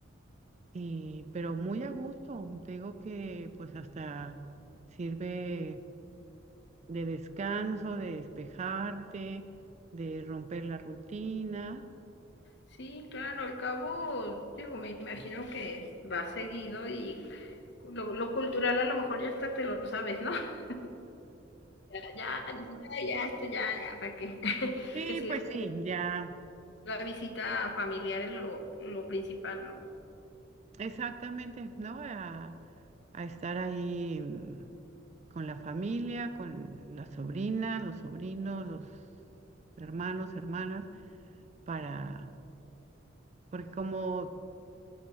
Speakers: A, on the right; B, on the left.
A: y pero muy a gusto. Te digo que pues hasta sirve de descanso, de despejarte, de romper la rutina.
B: Sí, claro, al cabo, digo, me imagino que va seguido y lo, lo cultural a lo mejor ya hasta te lo sabes, ¿no? <laughs> Ya, ya, ya, ya, esto ya, ya, para que, que <laughs>
A: Sí,
B: sirve
A: pues sí, ya,
B: la visita familiar es lo, lo principal, ¿no?
A: exactamente, ¿no? A, a estar ahí mm, con la familia, con las sobrinas, los sobrinos, los hermanos, hermanas, para, porque como